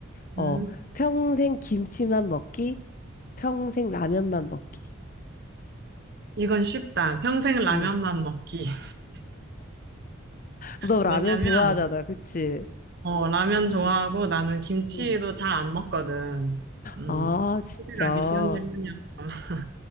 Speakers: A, on the left; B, on the right.
A: 어,
B: 음.
A: 평생 김치만 먹기, 평생 라면만 먹기.
B: 이건 쉽다. 평생 라면만
A: 어.
B: 먹기. <laughs>
A: 너 라면
B: 왜냐면,
A: 좋아하잖아, 그치?
B: 어, 라면 좋아하고
A: 응,
B: 나는 김치도
A: 응.
B: 잘 안 먹거든. 음,
A: 아, 진짜.
B: 선택하기 쉬운 질문이었어.